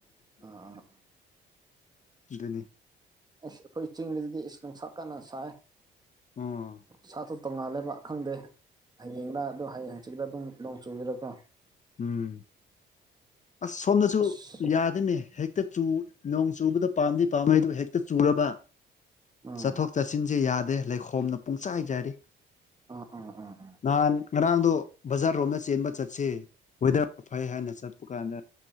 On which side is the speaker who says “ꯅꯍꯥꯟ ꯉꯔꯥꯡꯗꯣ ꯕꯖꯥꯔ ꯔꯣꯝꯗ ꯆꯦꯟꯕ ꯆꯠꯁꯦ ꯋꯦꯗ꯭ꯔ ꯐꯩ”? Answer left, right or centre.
Left